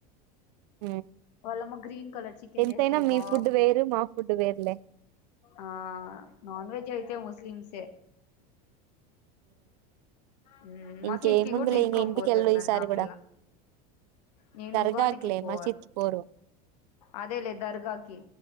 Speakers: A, on the right; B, on the left.
A: ఉమ్
B: వాళ్ళమ్మా గ్రీన్ కలర్ చికెన్
A: ఎంతైనా
B: చేస్తది
A: మీ
B: బాగుంటది
A: ఫుడ్ వేరు మా ఫుడ్ వేరులే
B: ఆ నాన్ వెజ్ అయితే ముస్లిమ్సే ఉమ్ మసీద్కిి
A: ఇంకేముందులే
B: కూడా తీసుకొన్
A: ఇంక ఇంటికి
B: పోతది
A: వెళ్ళు
B: నన్న
A: ఈసారి
B: ఆ
A: కూడా
B: పిల్ల నేను
A: దర్గాకులే
B: ఉగాదికి పోవాల
A: మసీద్కి పోరు
B: అదేలే దర్గాకి.